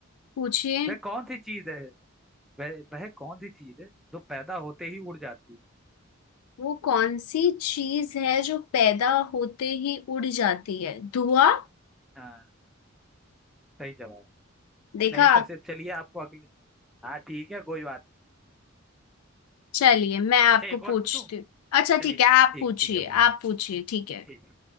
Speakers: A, on the left (about 85°); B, in the centre.
A: पूछिए
B: वह कौन सी चीज है वह वह कौन सी चीज है जो पैदा होते ही उड़ जाती है
A: वो कौन सी चीज है जो पैदा होते ही उड़ जाती है धुआं
B: हाँ सही जवाब
A: देखा
B: नहीं फंसे चलिए आपको अगले हाँ ठीक है कोई बात
A: चलिए मैं आपको
B: अच्छा एक और
A: पूछती
B: पूछूं
A: हूँ अच्छा
B: चलिए
A: ठीक
B: चलिए
A: है आप
B: ठीक
A: पूछिए
B: ठीक है पूछ-
A: आप पूछिए ठीक है
B: ठीक है